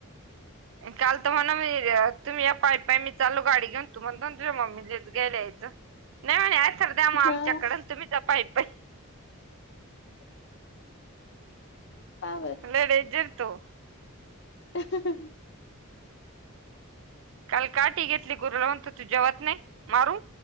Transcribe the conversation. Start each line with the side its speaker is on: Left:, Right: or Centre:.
Right: काल तर म्हणा तुम्ही या पाय पाय मी चालू गाडी घेऊन <unintelligible> मम्मीलाच गेला यायचं नाही म्हणे सर द्या मग आमच्याकड
Left: हा
Right: तुम्हीच पाई पई
Left: का बर
Right: लय डेंजर तो
Left: ह
Right: काल काठी घेतली गुरुला म्हणत तू जेवत नाही मारू